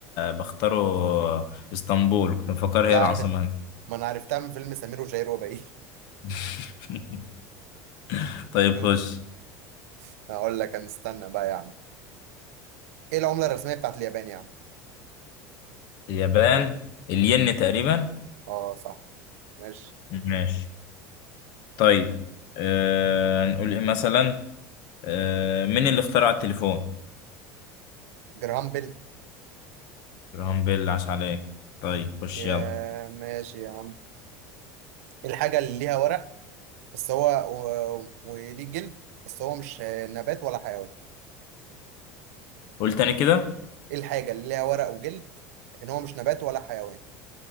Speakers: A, on the left (about 60°); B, on the right (about 85°).
A: بختاره اسطنبول كنت مفكر
B: لا
A: هي العاصمة
B: <laughs>
A: هنا.
B: ما انا عرفتها من فيلم سمير وشهير وبهير
A: <laughs> طيب
B: <laughs>
A: خش
B: اقول لك انا استنى بقى يا عم ايه العمله الرسميه بتاعت اليابان يا عم
A: اليابان الين تقريبا
B: اه صح ماشي
A: ماشي طيب آه هنقول ايه مثلا آه مين اللي اخترع التليفون
B: جرام بيل
A: جراهام بيل عاش عليه طيب خش
B: يا
A: يلا
B: ماشي يا عم إيه الحاجه اللي ليها ورق بس هو و... وليه جلد بس هو مش نبات ولا حيوان
A: قول تاني كده
B: ايه الحاجه اللي ليها ورق وجلد لكن هو مش نبات ولا حيوان